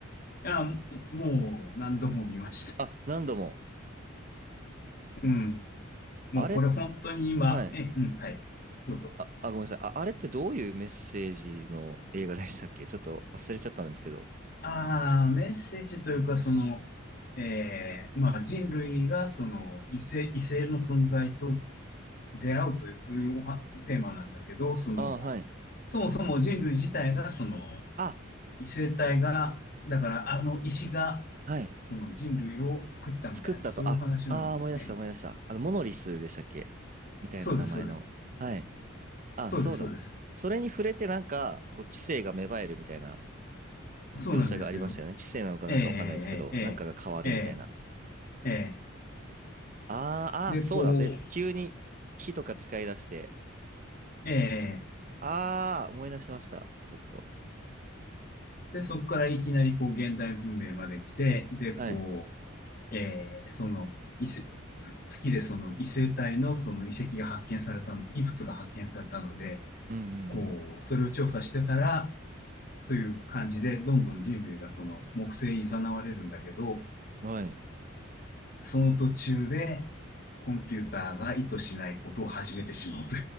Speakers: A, on the left; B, on the right.
A: や、もう、何度も見ました。
B: あ、何度も。
A: うん。もうこれ本当に今、
B: あれ、はい。
A: え、うん、はい。どうぞ。
B: あ、あ、ごめんなさい。あ、あれってどういうメッセージの映画でしたっけちょっと忘れちゃったんですけど。
A: ああ、メッセージというか、その、ええまあ人類がその異性、異性の存在と出会うという、そういうおはテーマなんだけど、その、
B: あ、はい。
A: そもそも人類自体が、その、
B: あ、
A: 異性体が、だからあの石が、
B: はい。
A: その人類を作ったみたいな、
B: 作ったと、
A: そういうお話なので、
B: あ、あー、思い出した思い出した。
A: ええ
B: あの、モノリスでしたっけみたいな名前の。
A: そうです、そうです、
B: はい。あ、
A: そうです、
B: そうだ。
A: そうです。
B: それに触れてなんか、こう、知性が芽生えるみたいな。
A: そうなんですよ。
B: 描写がありましたよね。知性なのかなんかわかんないですけど、
A: えええええええ
B: なんかが変わるみたいな。
A: えええ
B: あー、
A: で、
B: あー、そうだ。
A: こう、
B: で、急に火とか使い出して、
A: ええ
B: あー、思い出しました。ちょっと。
A: で、そこからいきなりこう現代文明まで来て、で、
B: はい。
A: こう、ええその、異世月でその異星体のその遺跡が発見されたの、遺物が発見されたので、
B: うんうん
A: こう、それを調査してたら、という感じで、どんどん人類がその木星に誘われるんだけど、
B: うん。はい。
A: その途中で、コンピューターが意図しないことを始めてしまうと。